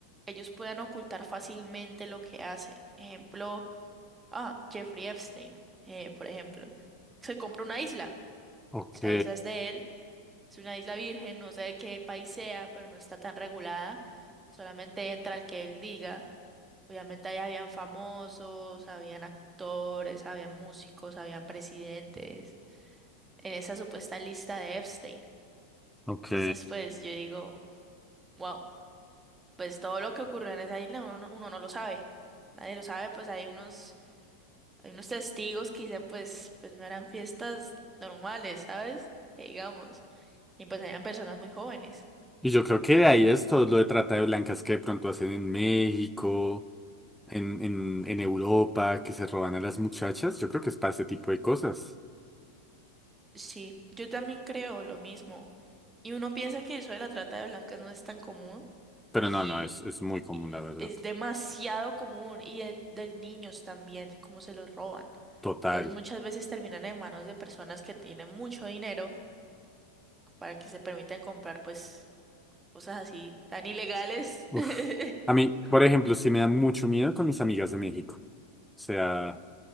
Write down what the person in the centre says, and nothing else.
Ok,
ok.
Y yo creo que de ahí es todo lo de trata de blancas que de pronto hacen en México, en, en, en Europa, que se roban a las muchachas. Yo creo que es para ese tipo de cosas.
Pero
no, no, es, es muy común, la verdad.
Total.
Uf.
A mí, por ejemplo, sí me da mucho miedo con mis amigas de México. O sea...